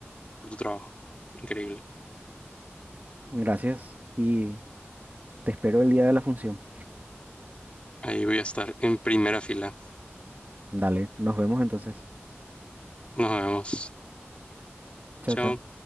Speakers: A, on the left (about 30°); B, on the right (about 40°).
A: por tu trabajo. Increíble.
B: Gracias y te espero el día de la función.
A: Ahí voy a estar en primera fila.
B: Dale, nos vemos entonces.
A: Nos vemos.
B: Chao,
A: Chao.
B: chao.